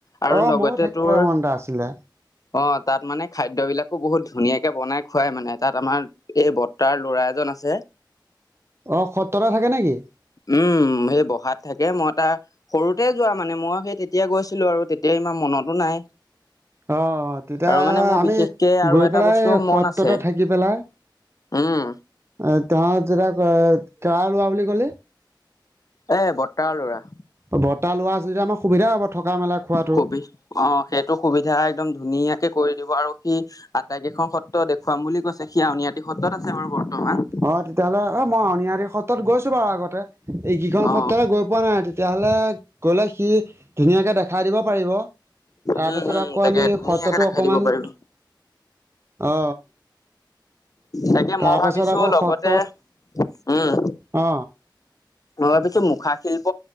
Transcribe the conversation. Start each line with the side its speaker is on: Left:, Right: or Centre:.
Left: আৰু
Right: অ
Left: লগতে
Right: ময়ো থাকিবলৈ
Left: তোৰ
Right: মন এটা আছিলে
Left: অ', তাত মানে খাদ্যবিলাকো বহুত ধুনীয়াকে বনাই খুৱাই মানে তাত আমাৰ এই ব তাৰ ল'ৰা এজন আছে
Right: অ', সত্ৰতে থাকে নেকি?
Left: উম', সেই বসাত থাকে মই তা সৰুতে যোৱা মানে মই সেই তেতিয়া গৈছিলো আৰু তেতিয়া ইমান মনতো নাই।
Right: অ', তেতিয়া
Left: আৰু মানে মোৰ
Right: আমি
Left: বিশেষকে আৰু
Right: গৈ
Left: এটা
Right: পেলাই
Left: বস্তু মন
Right: সত্ৰতে
Left: আছে
Right: থাকি পেলাই
Left: উম
Right: আ তহত যেতিয়া কাৰ কাৰ লৰা বুলি কলি?
Left: এ' বৰ্তাৰ লৰা।
Right: অ বৰ্তা ল'ৰা আছে যদি আমাৰ সুবিধা হ'ব। থকা মেলা খোৱাটো
Left: সুবি অ' সেইটো সুবিধা একদম ধুনীয়াকে কৰি দিব আৰু সি আটাইকেইখন সত্ৰ দেখুৱাম বুলি কৈছে। সি আউনীআটি সত্ৰত আছে বাৰু বৰ্তমান।
Right: অ তেতিয়া হ'লে অ মই আউনীআটি সত্ৰত গৈছো বাৰু আগতে, ই কেইখন
Left: অ
Right: সত্ৰহে গৈ পোৱা নাই তেতিয়াহ'লে গ'লে সি ধুনীয়াকে দেখাই দিব পাৰিব। তাৰ
Left: উম
Right: পাছত
Left: উম
Right: আকৌ
Left: তাকে
Right: আমি
Left: ধুনীয়াকে
Right: সত্ৰতো
Left: দেখাই
Right: অকমান,
Left: দিব পাৰিব
Right: অ
Left: তাকে
Right: তাৰপাছত
Left: মই ভাবিছো
Right: আকৌ
Left: লগতে
Right: সত্ৰত,
Left: উম
Right: অ
Left: মই ভাবিছো মুখা শিল্প